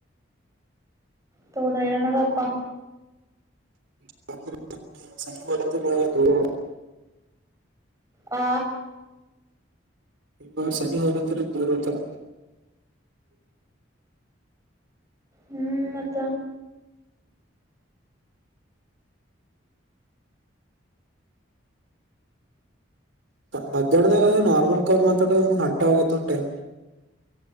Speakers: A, on the right (about 15°); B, on the right (about 75°).
A: <unintelligible> ಅಪ್ಪಾ
B: <unintelligible>
A: ಆ
B: ಒರು ಸನಿ ಹೋಗ ಹತ್ತ ದೂರ ಹತಾರ
A: ಹ್ಮ್ ಮತ್ತ
B: ಮಧ್ಯಾಹ್ನದಾಗ ನಾರ್ಮಲ್ ಕಾ ಮಾತಾಡ ಒಂದ್ ಗಂಟ ಹೋಗೋದ ನೋ ಟೈಮ್